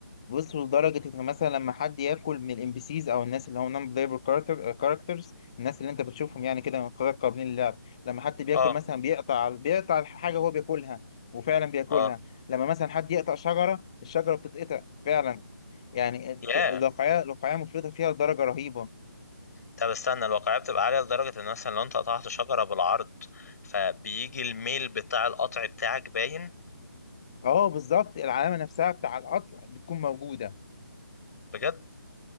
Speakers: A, on the left (about 15°); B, on the left (about 50°).
A: بص لدرجة إن مثلا لما حد ياكل من الام بي سيز أو الناس اللي هم نون بلايبل كاركترز الناس اللي أنت بتشوفهم يعني كده من قبل قابلين للعب لما حد بياكل
B: اه
A: مثلا بيقطع بيقطع الحاجة هو بياكلها وفعلا بياكلها
B: اه
A: لما مثلا حد يقطع شجرة الشجرة بتتقطع فعلا يعني الت-
B: ياه
A: الواقعية الواقعية مفرطة فيها لدرجة رهيبة
B: طب استنى الواقعية بتبقى عالية لدرجة ان مثلا لو انت قطعت شجرة بالعرض فبيجي الميل بتاع القطع بتاعك باين
A: أه بالظبط العلامة نفسها بتاع القطع بتكون موجودة
B: بجد